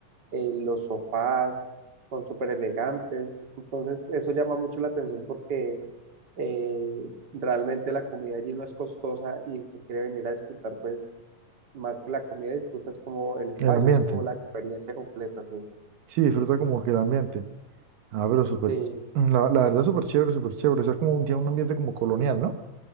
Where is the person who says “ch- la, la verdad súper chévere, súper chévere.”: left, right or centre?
Right